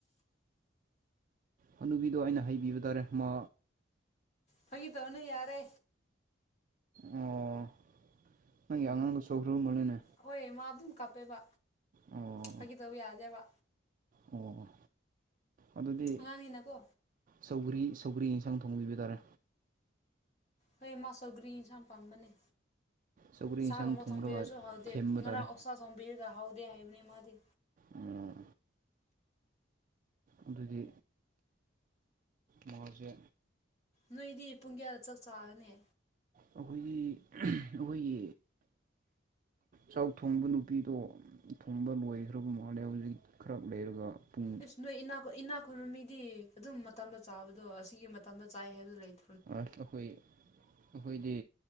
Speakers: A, on the right (about 45°); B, on the left (about 35°).
A: ꯍꯅꯕꯤꯗꯣ ꯑꯩꯅ ꯍꯩꯕꯤꯕ ꯇꯥꯔꯦ ꯃꯥ
B: ꯐ ꯇꯅ ꯌꯥꯔꯦ
A: ꯑꯣ ꯅꯪ ꯑꯉꯥꯡ ꯁꯈ꯭ꯔ ꯃꯅꯦ
B: ꯍꯣꯏ ꯃꯥ ꯑꯗꯨꯝ ꯀꯥꯞꯄꯦꯕ
A: ꯑꯣ
B: ꯍꯥꯏꯈꯤꯗꯧ ꯌꯥꯗꯦꯕ
A: ꯑꯣ ꯑꯗꯨꯗꯤ
B: ꯑꯉꯥꯡꯒꯤꯅꯀꯣ
A: ꯁꯧꯒ꯭ꯔꯤ ꯁꯧꯒ꯭ꯔꯤ ꯌꯦꯟꯁꯥꯡ ꯊꯣꯡꯕꯤꯕ ꯇꯥꯔꯦ
B: ꯍꯣꯏ ꯃꯥꯁꯧ ꯒ꯭ꯔꯤꯟꯁ ꯌꯥꯝ ꯄꯥꯝꯕꯅꯦ
A: ꯁꯧꯒ꯭ꯔꯤ ꯌꯦꯟꯁꯥꯡ
B: ꯆꯥꯛꯒꯨꯝꯕ
A: ꯊꯣꯡꯔꯒ
B: ꯊꯣꯝꯕꯤꯔꯁꯨ ꯍꯥꯎꯗꯦ
A: ꯊꯦꯝꯕ
B: ꯉꯔꯥꯡ
A: ꯇꯥꯔꯦ
B: ꯑꯣꯁꯥ ꯊꯣꯝꯕꯤꯔꯒ ꯍꯥꯎꯗꯦ ꯍꯥꯏꯕꯅꯤ ꯃꯥꯗꯤ
A: ꯑꯣ ꯑꯗꯨꯗꯤ ꯃꯁꯦ
B: ꯅꯣꯏꯗꯤ ꯄꯨꯡ ꯀꯌꯥꯗ ꯆꯞ ꯆꯥꯒꯅꯦ
A: ꯑꯩꯈꯣꯏꯒꯤ ꯑꯩꯈꯣꯏꯒꯤ ꯆꯥꯛ ꯊꯣꯡꯕ ꯅꯨꯄꯤꯗꯣ ꯊꯣꯡꯕ ꯂꯣꯏꯈ꯭ꯔꯕ ꯃꯥꯜꯂꯦ ꯍꯧꯖꯤꯛ ꯈꯔ ꯂꯩꯔꯒ ꯄꯨꯡ
B: ꯏꯁꯁ ꯅꯣꯏ ꯏ ꯏꯅꯥ ꯈꯨꯟꯕ ꯃꯤꯗꯤ ꯑꯗꯨꯝ ꯃꯇꯝꯝꯕ ꯆꯥꯕꯗꯣ ꯑꯁꯤꯒꯤ ꯃꯇꯝꯝꯕ ꯆꯥꯏ ꯍꯥꯏꯕꯗꯨ ꯂꯩꯇꯦ
A: ꯑ ꯑꯩꯈꯣꯏ ꯑꯩꯈꯣꯏꯗꯤ